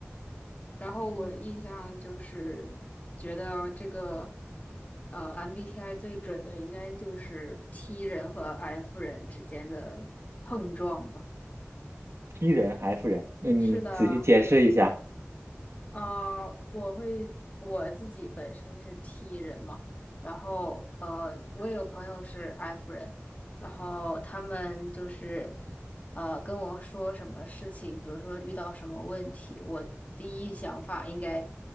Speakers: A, on the left; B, on the right.
A: 然后我印象就是觉得这个
B: 嗯
A: 呃 MBTI 最准的应该就是 T 人和 F 人之间的碰撞吧。
B: ，T 人还 F 人，那你仔细解释一下。
A: 是的，啊、呃我会我自己本身是 T 人嘛，然后呃，我也有朋友是 F 人，然后他们就是呃跟我说什么事情，比如说遇到什么问题，我第一想法应该